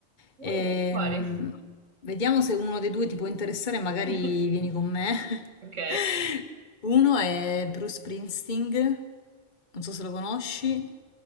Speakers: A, on the right; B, on the left.
A: Uh,
B: Ehm,
A: quali?
B: vediamo se uno dei due ti può interessare, magari
A: <laughs>
B: vieni con me.
A: Ok.
B: <laughs> Uno è Bruce Springsteen, non so se lo conosci.